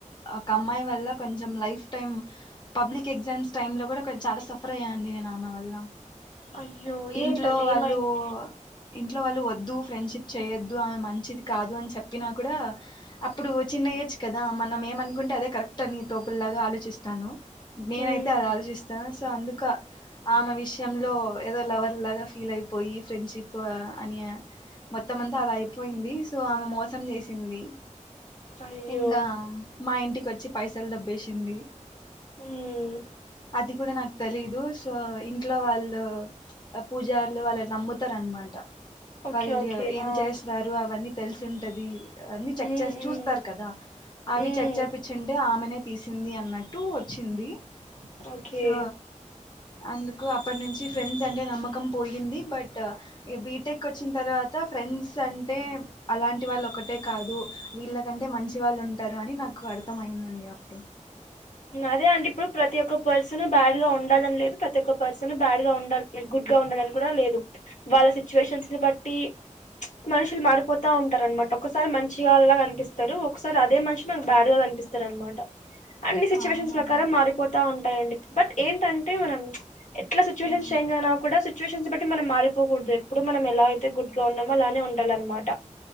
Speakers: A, on the left (about 35°); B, on the left (about 70°).
A: ఒక అమ్మాయి వల్ల కొంచెం life time public exams time లో కూడా చాలా సఫర్ అయ్యాండి నేను ఆమె వల్ల
B: అయ్యో
A: ఇంట్లో
B: ఏంటండి
A: వాళ్ళు
B: ఏమైంది
A: ఇంట్లో వాళ్ళు వద్దు ఫ్రెండ్షిప్ చెయొద్దు ఆమె మంచిది కాదు అని చెప్పినా కూడా అప్పుడూ చిన్న ఏజ్ కదా మనం ఏమన్నుకుంటే అదే కరెక్ట్ అని తోపుల్లాగా ఆలోచిస్తాను. నేనైతే
B: మ్మ్
A: అది ఆలోచిస్తా సో అందుక. ఆమె విషయంలో ఏదో లవర్ లాగా ఫీలయిపోయి ఫ్రెండ్షిప్ అనియా మొత్తం అంతా అది అయిపోయింది. సో ఆమె మోసం చేశింది.
B: అయ్యో
A: ఇంకా మా ఇంటి వచ్చి పైసల్ దబ్బేశిందీ
B: హ్మ
A: అది గూడా నాకు తెలీదు. సో ఇంట్లో వాళ్ళు అ పూజార్లు వాళ్ళన్ నమ్ముతార్ అన్మాట.
B: ఓకే
A: వాళ్ళు
B: ఓకే
A: ఏం
B: ఆ
A: చేస్తున్నారు అవన్నీ తెల్సుంటదీ అన్నీ
B: మ్మ్
A: చెక్క్
B: మ్మ్
A: చూస్తారు కదా. అవి
B: మ్మ్
A: చెక్ చేపిచ్చుంటే. ఆమెనే తీసిందీ అన్నట్టు వచ్చింది.
B: ఓకే
A: సో అందుకు అప్పటి నుంచి ఫ్రెండ్స్ అంటే నమ్మకం పోయింది. బట్టా బీటెక్ వచ్చిన్ తర్వాత ఫ్రెండ్స్ అంటే అలాంటి వాళ్ళు ఒకటే కాదు. వీళ్ళ కంటే మంచి వాళ్ళు ఉంటారు అని నాకు అర్థంమయందండి అప్పుడు.
B: అదే అంటే ఇప్పుడు ప్రతి ఒక్క పర్సన బ్యాడ్ గా ఉండాలని లేదు ప్రతి ఒక్క పర్సన బ్యాడ్ గా ఉండాల్ గుడ్గా ఉండాలని కూడా లేదు. వాళ్ళ సిచ్యువేషన్స్ ని బట్టీ ప్చ్ మనుషులు మారిపోతా ఉంటారు అన్మాట. ఒకసారి మంచిగా అలా కనిపిస్తారు ఒకసారి అదే మనిషి నాకు బ్యాడ్ గా కనిపిస్తారు అన్మాట. అన్నీ సిచ్యువేషన్స్
A: అవునవును
B: ప్రకారం మారిపోతా ఉంటాయండి. బట్ ఏంటంటే మనం ప్చ్ ఎట్లా సిచ్యువేషన్
A: ఉమ్.
B: చేంజ్ అయినా కూడా సిచువేషన్స్ బట్టి మనం మారిపోకూడదు ఎప్పుడు. మనం ఎలా అయితే గుడ్గా ఉన్నామో అలానే ఉండాలన్నమాట.